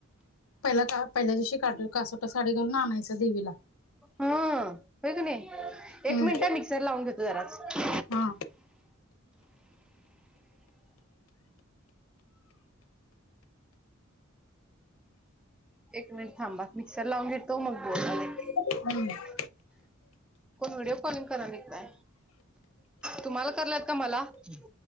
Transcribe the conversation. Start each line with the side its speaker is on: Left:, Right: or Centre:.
Left: पहिला का पहिल्या दिवशी काटू कासोटा साडी घालून आणायचं देवीला.
Centre: हा होय का नाय
Left: हम्म
Centre: एक मिनटं मिक्सर लावून घेतो जराचं.
Left: हा
Centre: एक मिनटं थांबा मिक्सर लावून घेतो मग बोलाले.
Left: हम्म.
Centre: <inaudible> कोण व्हिडिओ कॉलिंग करायले की काय तुम्हाला करालेत की मला? <unintelligible> <inaudible>